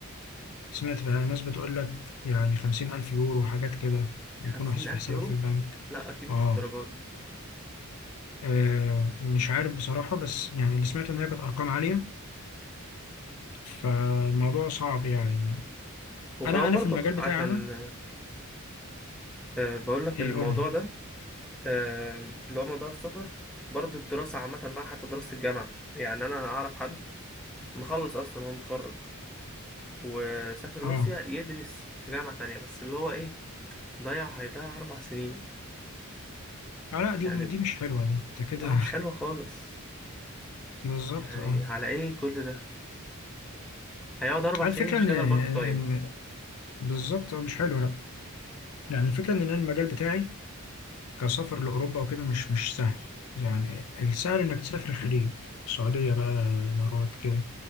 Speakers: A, on the left; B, in the centre.
A: سمعت بقى ناس بتقول لك يعني خمسين ألف يورو وحاجات كده يكونوا
B: خمسين
A: في
B: ألف
A: حسابك
B: يورو
A: في البنك
B: لا أكيد مش
A: آه
B: الدرجة دي
A: آه، مش عارف بصراحة بس يعني اللي سمعته إن هي كانت أرقام عالية فالموضوع صعب يعني
B: وكمان
A: أنا أنا
B: برضه
A: في المجال
B: خ-
A: بتاعي
B: عشان
A: أنا
B: آه، بقول لك
A: يقول
B: الموضوع ده آم، اللي هو موضوع السفر برضه الدراسة عامة بقى حتى دراسة الجامعة يعني أنا أعرف حد مخلص أصلا هو متخرج وسافر روسيا
A: آه
B: يدرس في جامعة تانية بس اللي هو إيه ضيع هيضيع أربع سنين
A: آه، لا دي
B: يعني
A: دي مش حلوة دي أنت كده
B: آه مش حلوة خالص
A: <laughs> بالظبط
B: يعني
A: آه
B: على إيه كل ده هيقعد أربع
A: الفكرة
B: سنين يشتغل
A: إن إن
B: بارت تايم
A: بالظبط آه، مش حلوة لا يعني الفكرة إن أنا المجال بتاعي كسفر لأوروبا وكده مش مش سهل يعني السهل إنك تسافر الخليج السعودية بقى الإمارات كده